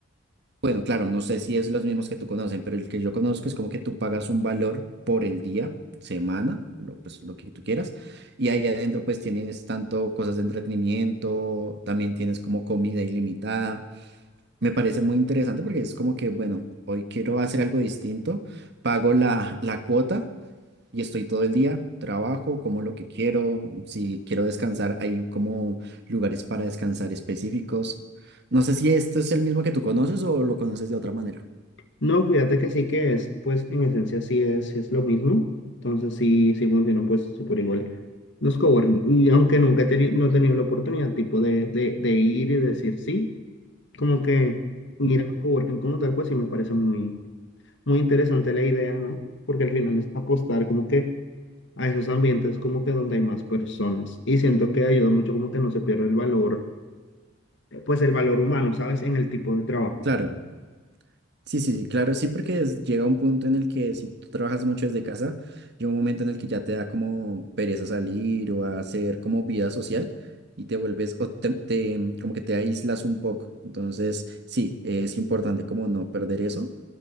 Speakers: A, on the right (about 55°); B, on the left (about 60°).
A: Bueno, claro, no sé si es los mismos que tú conocen, pero el que yo conozco es como que tú pagas un valor por el día, semana, lo, pues lo que tú quieras, y ahí adentro pues tienes tanto cosas de entretenimiento, también tienes como comida ilimitada. Me parece muy interesante porque es como que, bueno, hoy quiero hacer algo distinto, pago la, <laughs> la cuota y estoy todo el día, trabajo como lo que quiero, si quiero descansar, hay como lugares para descansar específicos. No sé si esto es el mismo que tú conoces o lo conoces de otra manera.
B: No, fíjate que sí que es, pues en esencia sí es, sí es lo mismo, entonces sí, sí funcionan pues súper igual los coworking, y aunque nunca he teni- no he tenido la oportunidad tipo de, de, de ir y decir sí, como que ir
A: Ujú.
B: a coworking como tal, pues sí me parece muy, muy interesante la idea, ¿no? Porque al final es apostar como que a esos ambientes como que donde hay más personas y siento que ayuda mucho como que no se pierde el valor, eh, pues el valor humano, ¿sabes? En el tipo de trabajo.
A: Claro, Sí, sí, sí, claro, sí, porque es- llega un punto en el que si tú trabajas mucho desde casa, llega un momento en el que ya te da como pereza salir o a hacer como vida social y te vuelves, o te, te- como que te aíslas un poco. Entonces, sí, es importante como no perder eso,